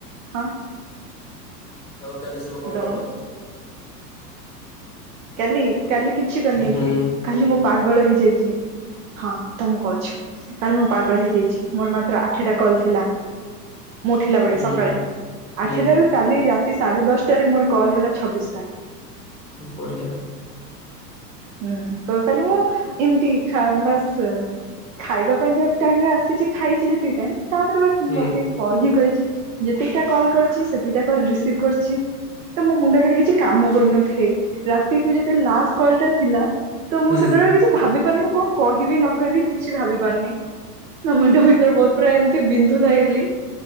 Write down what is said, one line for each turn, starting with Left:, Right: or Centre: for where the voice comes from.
Right: ହଁ?
Left: ଆଉ କାଲି ସବୁ କଣ
Right: ହ୍ୟାଲୋ
Left: କଲ?
Right: କାଲି କାଲି କିଛି କରିନି
Left: ହୁଁ
Right: କାଲି ମୋ ପାଗଳ ହେଇଯାଇଛି। ହଁ ତ ମୁଁ କହୁଛି କାଲି ମୁଁ ପାଗଳ ହେଇଯାଇଛି ମୋର ମାତ୍ର ଆଠିଟା କଲ ଥିଲା। ମୋଠିଲା ବେଳେ
Left: ହୁଁ
Right: ସକାଳେ
Left: ହୁଁ
Right: ଆଠଟାରୁ କାଲି ରାତି ସାଢ଼େ ଦଶଟାରେ ମୋର କଲ୍ ହେଲା ଛବିଶଟା।
Left: ବଢ଼ିଆ।
Right: ହୁଁ ତ କାଲି ମୁଁ ଏମିତି ବାସ୍ ଖାଇବା ପାଇଁ ଯ ଟାଇରେ ଆସିଛି ଖାଇଛି, ଯେତିଥିପାଇଁ ତାପରେ ବା ମୁଁ
Left: ହୁଁ
Right: ବସିକି କଲ ହିଁ କରି ଯେତିକିଟା କଲ୍ କରିଛି ସେତିକିଟା କଲ ରିସିଭ କରିଛି। ତ ମୋ ମୁଣ୍ଡ କ କିଛି କାମ କରୁନଥାଏ ରାତିକୁ ଯଦେ ଲାଷ୍ଟ କଲ ଟା ଥିଲା ତ ମୁଁ
Left: ହୁଁ
Right: ସେତେବେଳେ କିଛି ଭାବି ପାରୁନି ମୁଁ କଣ କହିବି ନ କହିବି କିଛି ଭାବି ପାରୁନି ଆ ମୁଣ୍ଡ ଭିତରେ ବହୁତ ପୁରା ଏମତି ବିନ୍ଦୁ ଥାଇଗଲି